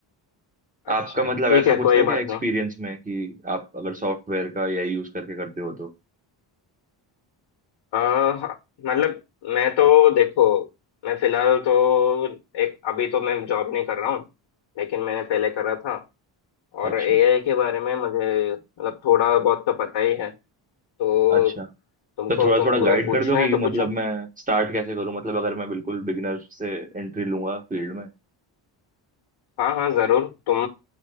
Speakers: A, on the right; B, on the left.
A: आपका
B: अच्छा
A: मतलब
B: ठीक
A: ऐसा
B: है
A: कुछ
B: कोई
A: है क्या
B: बात
A: एक्सपीरियंस
B: नहीं
A: में कि आप अगर सॉफ्टवेयर का एआई यूज करके करते हो तो
B: अ, हाँ, मतलब मैं तो देखो मैं फिलहाल तो एक अभी तो मैं जॉब नहीं कर रहा हूँ लेकिन मैंने पहले करा था
A: अच्छा
B: और एआई के बारे में मुझे मतलब थोड़ा बहुत तो पता ही है तो
A: अच्छा
B: तुमको
A: तो थोड़ा
B: तुमको
A: थोड़ा गाइड
B: अगर पूछना
A: कर दो कि
B: है तो
A: मतलब
B: पूछो
A: मैं स्टार्ट कैसे करूं मतलब अगर मैं बिल्कुल बिगिनर से एंट्री लूंगा फील्ड में
B: हाँ हाँ जरूर तुम